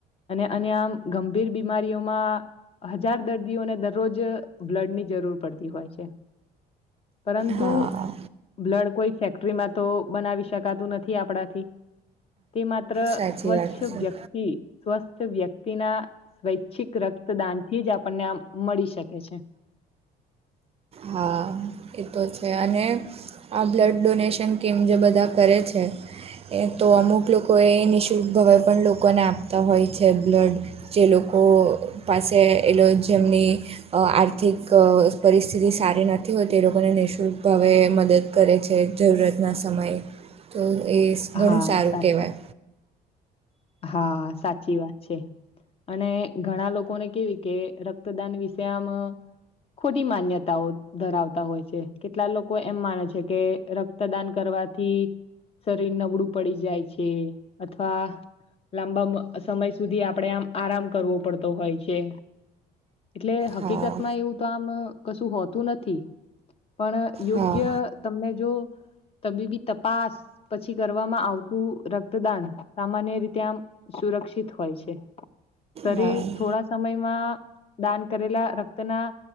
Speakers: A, on the left; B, on the right.
A: અને અ આમ ગંભીર બીમારીઓમાં હજાર દર્દીઓને દરરોજ બ્લડ ની જરૂર પડતી હોય છે. પરંતુ
B: હા
A: બ્લડ કોઈ ફેક્ટરીમાં તો બનાવી શ શકાતું નથી આપણાથી તે માત્ર
B: સાચી
A: સ્વચ્છ
B: વાત છે
A: વ્યક્તિ સ્વ સવસત વ્યક્તિના સ્વૈચ્છિક રક્તદાન થી જ આપણને આમ મળી શકે છે <unintelligible>
B: હા. એ તો છે અને આ બ્લડ ડોનેશન કેમ જે બધા કરે છે. એ તો અમુક લોકો એ નિઃશુલ્ક ભવાઈ પણ લોકોને આપતા હોય છે બ્લડ જે લોકો લોકો પાસે એ જેમની આર્થિક પરિસ્ સથિતધિ સારી નથી હોય તે એ લોકોને નિઃશુલ્ક ભાવે મદદ કરે છે જરૂરતના સમયે. તો એ
A: હા
B: ઘણું સારું
A: સાચી
B: કહેવાય
A: હા સાચી વાત છે. અને ઘણા લોકોને કેવી કે રક્તદાન વિશે આમ ખોટી માન્યતાઓ ધરાવતા હોય છે કેટલા લોકો એમ માને છે કે રક્તદાન કરવા થી શરીર નબળું પડી જાય છે અથવા લાંબા સમય સુધી આપણેે આમ આરામ કરવો પડતો હોય છે. એટલે હકીકત
B: હા
A: માં એવું તો આમ કશું હોતું નથી. પણ યોગ્ય
B: હા
A: તમને જો તબીબી તપાસ પછી કરવામાં આવતું રક્તદાન સામાન્ય રીતે ત્યાં સુરક્ષિત હોય છે. શરીર
B: હા
A: થોડા સમયમાં દાન કરેલા રક્તના